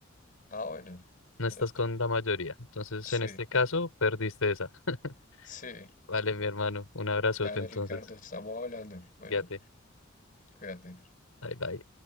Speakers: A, on the left; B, on the left.
A: Ah, bueno,
B: No estás
A: tanto.
B: con la mayoría. Entonces,
A: Sí,
B: en este caso, perdiste esa. <laughs>
A: <laughs> sí.
B: Vale, mi hermano. Un abrazote,
A: Dale,
B: entonces.
A: Ricardo, estamos hablando. Bueno.
B: Fíjate.
A: Fíjate.
B: Bye, bye.